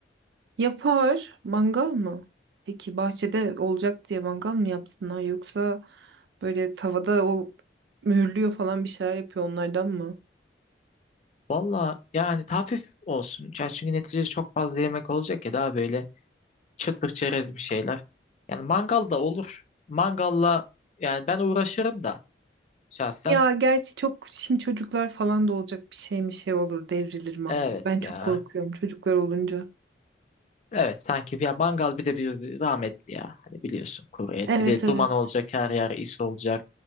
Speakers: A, on the right (about 75°); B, on the left (about 40°).
A: Yapar. Mangal mı? Peki bahçede olacak diye mangal mı yapsınlar yoksa böyle tavada o mühürlüyor falan bir şeyler yapıyor onlardan mı?
B: Valla yani hafif olsun. Ya Çünkü neticede çok fazla yemek olacak ya daha böyle çıtır çerez bir şeyler. Yani mangal da olur. Mangalla yani ben uğraşırım da şahsen.
A: Ya gerçi çok şimdi çocuklar falan da olacak bir şey mi şey olur devrilir mangal.
B: Evet
A: Ben çok
B: ya.
A: korkuyorum çocuklar olunca.
B: Evet sanki ya mangal bir de bir zahmetli ya. Hani biliyorsun kuru et.
A: Evet
B: Bir de
A: evet.
B: duman olacak her yer is olacak.